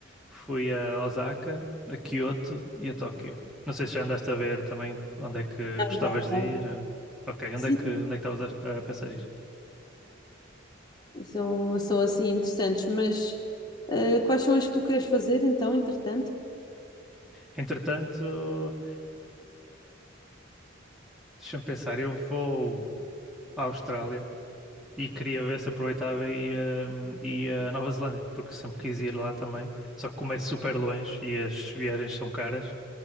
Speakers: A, in the centre; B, on the left.
A: fui a Osaka, a Kyoto e a Tóquio. Não sei se já andaste a ver também onde é que
B: Ah,
A: gostavas
B: já,
A: de
B: já.
A: ir. eh, Ok,
B: Sim,
A: onde é que onde é que estavas a, a pensar ir?
B: São, são assim interessantes, mas eh, quais são as que tu queres fazer então, entretanto?
A: Entretanto, Deixa-me pensar, eu vou à Austrália e queria ver se aproveitava e ia, ia à Nova Zelândia, porque sempre quis ir lá também. Só que como é super longe e as viagens são caras,